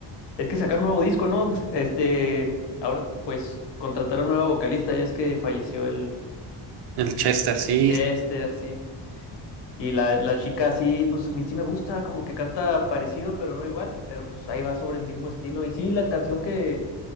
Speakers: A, on the left; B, on the right.
A: Es que sacaron un nuevo disco, ¿no? Este, ahora pues contrataron nueva vocalista, ya es que falleció el,
B: El Chester, sí.
A: el Chester, sí. Y la, la chica sí, pues a mí sí me gusta, como que canta parecido, pero no igual, pero pues ahí va sobre el mismo estilo. Y sí, la canción que,